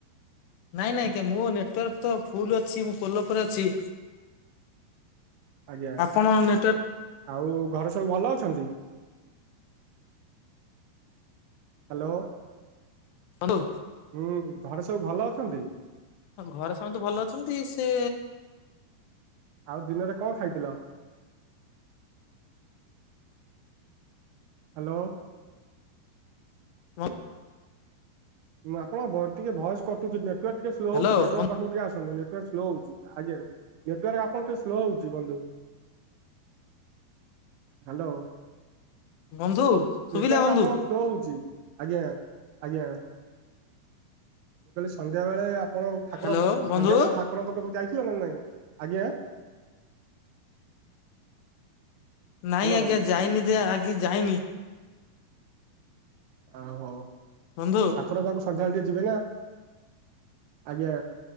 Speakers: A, on the left; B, on the right.
A: ନାଇଁ ନାଇଁଜ୍ଞା ମୋ ନେଟୱାର୍କ ତ ଫୁଲ ଅଛି, ମୁଁ ପୋଲ ଉପରେ ଅଛି।
B: ଆଜ୍ଞା
A: ଆପଣ ନେଟୱାର୍କ
B: ଆଉ ଘରେ ସବୁ ଭଲ ଅଛନ୍ତି? ହାଲୋ।
A: ଅଣ୍ଡୁ
B: ହୁଁ ଘରେ ସବୁ ଭଲ ଅଛନ୍ତି?
A: ହଁ ଘରେ ସମସ୍ତେ ଭଲ ଅଛନ୍ତି ସେ
B: ଆଉ ଦିନରେ କଁ ଖାଇଥିଲ? ହାଲୋ।
A: <inaudible>
B: ମୁଁ ଆପଣ ଟିକେ ଭଏସ କଟୁଛି ନେଟୱାର୍କ ଟିକେ ସ୍ଲୋ
A: ହ୍ୟାଲୋ।
B: ହଉଛି ନେଟୱାର୍କ ପାଖକୁ ଟିକେ ଆସନ୍ତ? ନେଟୱର୍କ ସ୍ଲୋ ହଉଛି ଆଜ୍ଞା ନେଟୱର୍କ ଆପଣ ଟିକେ ସ୍ଲୋ ହଉଛି ବନ୍ଧୁ? ହାଲୋ
A: ବନ୍ଧୁ ଶୁଭିଲା
B: ନେଟୱାର୍କ
A: ବନ୍ଧୁ
B: ଆପଣ ସ୍ଲୋ ହଉଛି ଆଜ୍ଞା ଆଞା ମୁ କହିଲି ସନ୍ଧ୍ୟାବେଳେ? ଆପଣ ଠାକୁର
A: ହ୍ୟାଲୋ ବନ୍ଧୁ
B: ସନ୍ଧ୍ୟା ବେଳେ ଠାକୁରଙ୍କ ପାଖକୁ ଯାଇଥିଲ ନା ନାଇଁ ଆଜ୍ଞା?
A: ନାଇଁ
B: ହ୍ୟାଲୋ
A: ଆଜ୍ଞା ଯାଇନି ଜା ଆଜ୍ ଯାଇନି।
B: ଆଉ ହଉ
A: ବନ୍ଧୁ
B: ଠାକୁର ପାଖକୁ ସନ୍ଧ୍ୟାବେଳେ ଟିକେ ଯିବେ ନା ଆଜ୍ଞା।